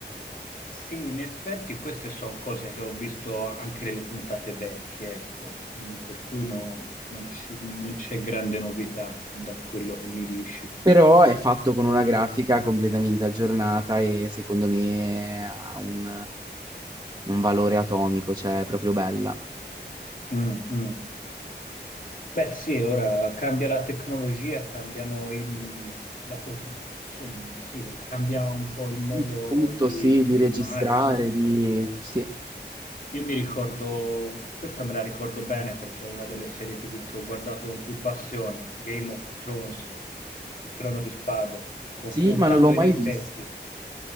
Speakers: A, on the left; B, on the right.
A: Sì, in effetti queste sono cose che ho visto anche nelle puntate vecchie, ecco, mm, per cui no- non ci- non c'è grande novità da quello che mi dici.
B: Però è fatto con una grafica completamente aggiornata e secondo me ha un, un valore atomico, cioè è proprio bella.
A: Mm, mm. Beh, sì, ora cambia la tecnologia, cambiano i, mh, la foto, insomma, sì, cambia un po' il modo
B: Il Tutto
A: di,
B: sì,
A: di
B: di
A: filmare
B: registrare,
A: tutto.
B: di... Sì,
A: Io mi ricordo, questa me la ricordo bene perché è una delle serie TV che ho guardato con più passione, Game of Thrones, il Trono di Spade, confrontando
B: sì, ma non l'ho mai
A: in effetti.
B: vista.